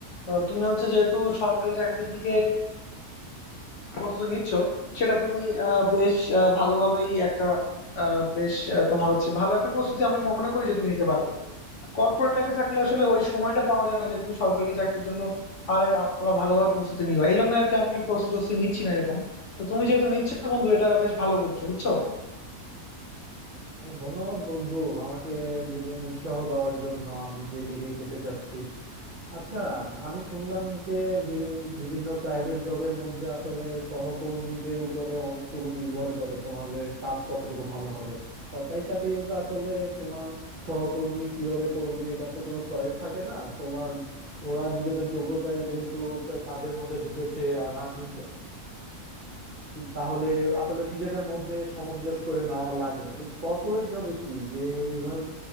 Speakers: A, on the left (about 65°); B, on the right (about 50°).
A: আহ, তুমি হচ্ছে যেহেতু সরকারি চাকরির দিকে প্রস্তুতি নিচ্ছ সেটা তুমি আহ, বেশ আহ, ভালোভাবেই একটা আহ, বেশ আহ, তোমার হচ্ছে ভালো একটা প্রস্তুতি আমি মনে করি যে তুমি নিতে পারবে কর্পোরেট লাইফে থাকলে আসলে ওই সময়টা পাওয়া যায় না যে তুমি সরকারি চাকরির জন্য আর আবার ভালোভাবে প্রস্তুতি নিবা এই জন্য আর কি আমি প্রস্তুতি টস্তুতি নিচ্ছি না এরকম তো তুমি যেহেতু নিচ্ছ বন্ধু এটা বেশ ভালো করছো বুঝছো
B: হ্যাঁ, ধন্যবাদ বন্ধু আমাকে বিভি- উৎসাহ দেওয়ার জন্য আমি যে দিকে যেতে চাচ্ছি আচ্ছা আমি শুনলাম যে বিভি- বিভিন্ন প্রাইভেট জবের মধ্যে আসলে সহকর্মীদের উপরে অনেকটুকু নির্ভর করে তোমাদের কাজ কতটুকু ভালো হবে সরকারি চাকরিতে তো আসলে তোমার সহকর্মী কিভাবে করবে এটা তো কোনো চয়েস থাকে না তোমার ওরা নিজেদের যোগ্যতায় যেহেতু ক- কাজের মধ্যে ঢুকেছে আর আমি তাহলে আসলে নিজেদের মধ্যে সামঞ্জস্য করে নেওয়া লাগে কর্পোরেট জবে কি যে এইভাবে